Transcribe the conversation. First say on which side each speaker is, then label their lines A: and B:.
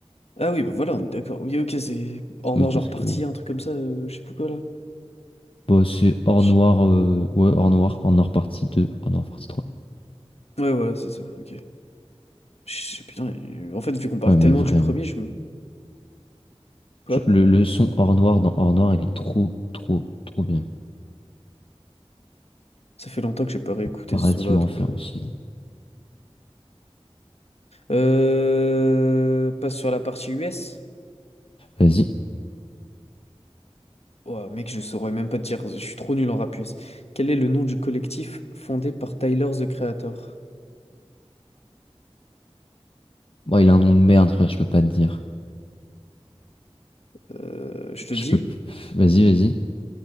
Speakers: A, on the left; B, on the left.
A: Ah oui, bah voilà, on est d'accord. Oui, ok, c'est Or
B: oui,
A: Noir,
B: parce
A: genre
B: que
A: partie,
B: oui.
A: un truc comme ça, euh, je sais plus quoi là.
B: Bon, c'est Or
A: Je-
B: Noir, euh, ouais, Or Noir, Or Noir partie 2, Or Noir partie trois.
A: Ouais, voilà, c'est ça, ok. Je- Putain, euh, en fait, vu qu'on parle
B: Ouais, mais
A: tellement
B: vraiment,
A: du premier, je me. Quoi?
B: genre, le, le son Or Noir dans Or Noir, il est trop, trop, trop bien.
A: Ça fait longtemps que j'ai pas réécouté
B: Paradis
A: ce son-là,
B: ou Enfer
A: donc. Euh...
B: aussi.
A: Euh, Passe sur la partie US.
B: Vas-y.
A: Ouais, mec, je saurais même pas te dire, je suis trop nul en rap US. Quel est le nom du collectif fondé par Tyler, the Creator?
B: Bon, il a un nom de merde, frère, je peux pas te dire.
A: Euh, je te
B: Je
A: dis.
B: peux... Vas-y, vas-y.